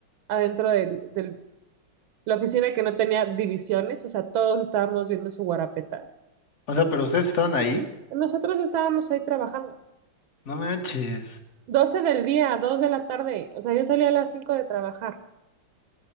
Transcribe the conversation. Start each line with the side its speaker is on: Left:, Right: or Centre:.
Right: adentro del, del la oficina que no tenía divisiones, o sea, todos estábamos viendo su guarapeta.
Left: O sea, pero ustedes estaban ahí.
Right: Nosotros estábamos ahí trabajando.
Left: No manches.
Right: 12 del día, 2 de la tarde, o sea, yo salía a las 5 de trabajar.